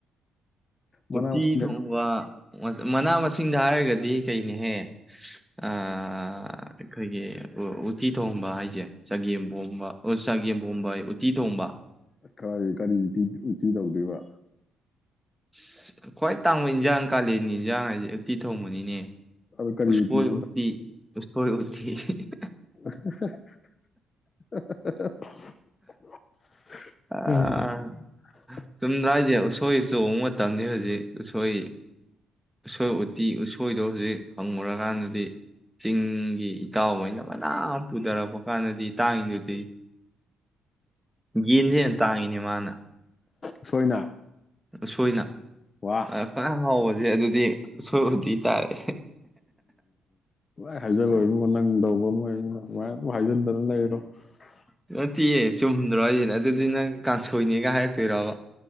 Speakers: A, on the left; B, in the centre.
A: ꯃꯅꯥ
B: ꯎꯇꯤ
A: ꯃꯁꯤꯡ
B: ꯊꯣꯡꯕ ꯃꯅꯥ ꯃꯁꯤꯡꯗ ꯍꯥꯏꯔꯒꯗꯤ ꯀꯩꯅꯦꯍꯦ ꯁꯍ ꯑꯥ ꯑꯩꯈꯣꯏꯒꯤ ꯎ ꯎꯠꯇꯤ ꯊꯣꯡꯕ ꯍꯥꯏꯖꯦ ꯆꯒꯦꯝ ꯄꯣꯝꯕ ꯑꯣ ꯆꯒꯦꯝ ꯄꯣꯝꯕ ꯍꯥꯏꯌꯦ ꯎꯇꯤ ꯊꯣꯡꯕ
A: ꯑ ꯀꯔꯥꯏꯗꯩ ꯀꯔꯤ ꯎꯇꯤ ꯎꯇꯤ ꯇꯧꯗꯣꯏꯕ
B: ꯁꯁ ꯈ꯭ꯋꯥꯏ ꯇꯥꯡꯕ ꯏꯟꯖꯥꯡ ꯀꯥꯂꯦꯟꯒꯤ ꯏꯟꯖꯥꯡ ꯍꯥꯏꯖꯦ ꯎꯇꯤ ꯊꯣꯡꯕꯅꯤꯅꯦ
A: ꯑꯗꯣ ꯀꯔꯤ
B: ꯎꯁꯣꯏ
A: ꯎꯇꯤꯅꯣ
B: ꯎꯇꯤ ꯎꯁꯣꯏ ꯎꯠ- <unintelligible>
A: <unintelligible> ꯍꯥ ꯍꯥ ꯍꯥ ꯍꯥ
B: ꯑꯥ
A: ꯎꯝ
B: ꯆꯨꯝꯗ꯭ꯔꯥ ꯍꯥꯏꯖꯦ ꯎꯁꯣꯏ ꯆꯣꯡꯕ ꯃꯇꯝꯅꯤ ꯍꯨꯖꯤꯛ ꯎꯁꯣꯏ ꯎꯁꯣꯏ ꯎꯇꯤ ꯎꯁꯣꯏꯗꯣ ꯍꯨꯖꯤꯛ ꯍꯪꯉꯨꯔꯀꯥꯟꯗꯗꯤ ꯆꯤꯡꯒꯤ- ꯏꯇꯥꯎꯍꯣꯏꯅ ꯐꯅꯌꯥꯝ ꯄꯨꯗꯔꯛ- ꯀꯥꯟꯗꯗꯤ ꯇꯥꯡꯉꯤꯗꯨꯗꯤ ꯌꯦꯟꯗꯩ ꯍꯦꯟꯅ ꯇꯥꯡꯉꯅꯤ- ꯃꯥꯅ
A: ꯎꯁꯣꯏꯅ
B: ꯎꯁꯣꯏꯅ
A: ꯋꯥ
B: ꯄꯥꯟꯅꯥ ꯈ꯭ꯋꯥꯏ ꯍꯥꯎꯕꯖꯦ ꯑꯗꯨꯗꯤ ꯎꯁꫭꯏ ꯎꯇꯤ ꯇꯥꯔꯦ
A: ꯁꯨꯍꯥꯏ ꯍꯥꯏꯖꯔꫭꯏ ꯅꯪ ꯇꯧꯕ ꯑꯃ ꯑꯗꯨꯝꯃꯥꯏ ꯍꯥꯏꯖꯟꯗꯅ ꯂꯩꯔꯗꯝꯅꯤ
B: ꯅꯠꯇꯦꯌꯦ ꯆꯨꯝꯗ꯭ꯔꯣ ꯍꯥꯏꯁꯤꯅ ꯑꯗꯨꯗꯤ ꯅꯪ ꯀꯥꯡꯁꯣꯏꯅꯦꯒ ꯍꯥꯏꯔꯛꯇꯣꯏꯕ